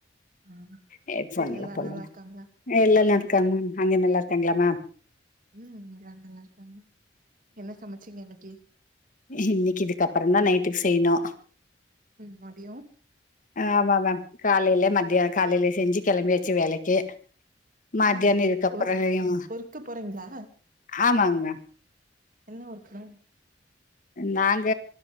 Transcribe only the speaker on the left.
ஹெட்போன்லா
போல்ல
மே அங்க நல்லா இருக்காங்களா மா
இன்னிக்கு இதுக்கப்பற தா நைட்டுக்கு செய்னோ
ஆமா மேம் காலையில மத்தியா காலையில செஞ்சு கெளம்பியாச்சு வேலைக்கு மத்தியான
இதுக்கப்புற
செய்யு
ஆமாங் மேம்
நாங்க